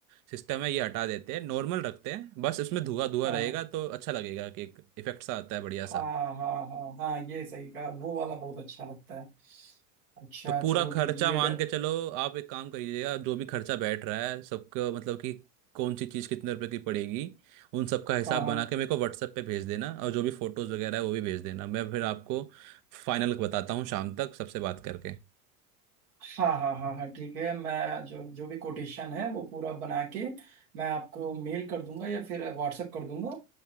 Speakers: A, on the right; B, on the right.
A: सिस्टम है ये हटा देते हैं नॉर्मल रखते हैं बस इसमें धुआं धुआं
B: हाँ
A: रहेगा
B: हाँ
A: तो अच्छा लगेगा कि एक इफेक्ट सा आता है बढ़िया
B: हाँ
A: सा
B: हाँ हाँ हाँ ये सही कहा वो वाला बहुत अच्छा लगता है अच्छा
A: तो पूरा
B: चलो
A: खर्चा
B: ठीक है, ये
A: मान
B: डर
A: के चलो आप एक काम करिएगा जो भी खर्चा बैठ रहा है सबका मतलब कि कौन सी चीज़ कितने रुपए की पड़ेगी उन सब का हिसाब
B: हाँ हाँ
A: बना के मेरे को व्हाट्सएप पे भेज देना और जो भी फोटोज़ वगैरह है वो भी भेज देना मैं फिर आपको फाइनल बताता हूँ शाम तक सबसे बात करके
B: हाँ हाँ हाँ हाँ ठीक है मैं जो जो भी कोटेशन है वो पूरा बना के मैं आपको मेल कर दूंगा या फिर व्हाट्सएप कर दूंगा